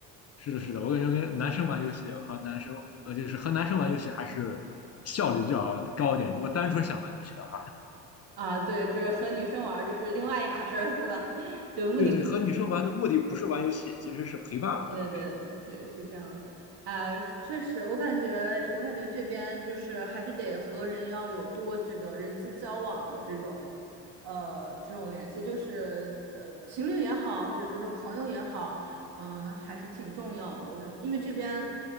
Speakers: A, on the left; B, on the right.
A: 是的，是的，我感觉跟男生玩游戏和男生，呃，就是和男生玩游戏还是效率比较高一点。如果单纯想玩游戏的话，
B: 啊！对，就是和女生玩儿就是另外一码事儿，是吧？<laughs> 就目的嗯。
A: 对对，和女生玩的目的不是玩游戏，其实是陪伴嘛，
B: 对对对，
A: 对吧？
B: 是是这样子，哎、是确实，我感觉我感觉这边就是还是得和人要有多这个人际交往的这种，呃，这种联系，就是呃，情侣也好，或者是说朋友也好，嗯、还是挺重要的。我感觉，因为这边